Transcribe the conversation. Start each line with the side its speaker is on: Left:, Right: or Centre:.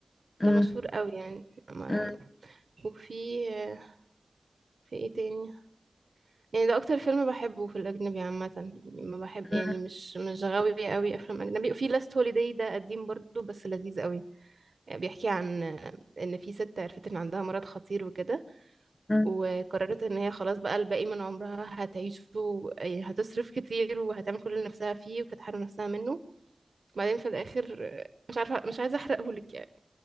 Left: م-
Right: ده مشهور قوي يعني أما-
Left: م-
Right: وفي آه في ايه تاني يعني ده اكتر فيلم بحبه في الاجنبي عامه يعني ما بحب
Left: م-
Right: يعني مش مش غاوي قوي افلام اجنبي وفي لاست هوليداي ده قديم برضو بس لذيذ قوي آه، بيحكي عن آه، ان في ست عرفت ان عندها مرض خطير وكده
Left: م.
Right: وقررت ان هي خلاص بقى الباقي من عمرها هتعيشه و- يعني هتصرف كتير وهتعمل كل اللي نفسها فيه وكانت حارمة نفسها منه بعدين في الاخر آه، مش عارفة مش عايزة احرقهولك يعني